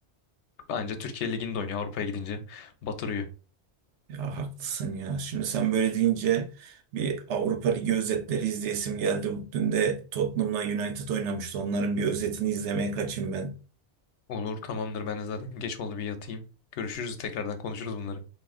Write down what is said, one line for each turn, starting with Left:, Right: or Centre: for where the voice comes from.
Left: Anca Türkiye Ligi'nde oynuyor. Avrupa'ya gidince batırıyor.
Right: Ya haklısın ya. Şimdi sen böyle deyince bir Avrupa Ligi özetleri izleyesim geldi. Dün de Tottenham'la United oynamıştı. Onların bir özetini izlemeye kaçayım ben.
Left: Olur tamamdır ben de zaten geç oldu bir yatayım. Görüşürüz tekrardan konuşuruz bunları.